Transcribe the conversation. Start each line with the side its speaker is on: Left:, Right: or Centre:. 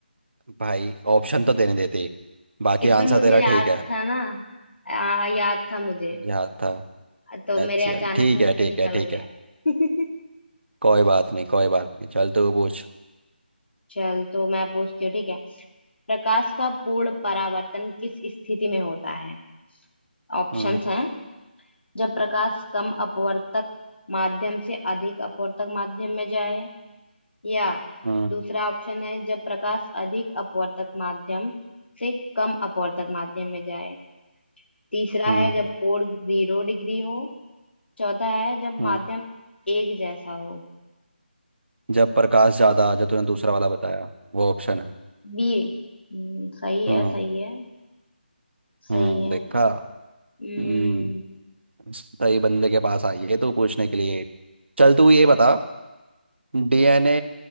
Right: भाई ऑप्शन तो देने देते बाकी
Left: इसका
Right: आंसर
Left: मुझे
Right: तेरा
Left: याद
Right: ठीक है
Left: था ना आ, याद था मुझे
Right: याद था
Left: तो मेरे
Right: H C
Left: अचानक
Right: L ठीक
Left: मुंह
Right: है
Left: से
Right: ठीक
Left: निकल
Right: है ठीक
Left: गया
Right: है
Left: <laughs>
Right: कोई बात नहीं कोई बात नहीं चल तू पूछ
Left: चल तो मैं पूछती हूँ ठीक है प्रकाश का पूर्ण परावर्तन किस स्थिति में होता है ऑप्शंस
Right: हम्म
Left: हैं जब प्रकाश कम अपवर्तक माध्यम से अधिक अपवर्तक माध्यम में जाए या
Right: हम्म
Left: दूसरा ऑप्शन है जब प्रकाश अधिक अपवर्तक माध्यम से कम अपवर्तक माध्यम में जाए तीसरा
Right: हम्म
Left: है जब कोण जीरो डिग्री हो चौथा है जब
Right: हम्म
Left: माध्यम एक जैसा हो
Right: जब प्रकाश ज्यादा जो तूने दूसरा वाला बताया वो ऑप्शन है
Left: बी हम्म, सही
Right: हम्म
Left: है सही है सही
Right: हम्म
Left: है
Right: देखा
Left: हम्म
Right: हम्म सही बंदे के पास आई है तू पूछने के लिए चल तू ये बता डीएनए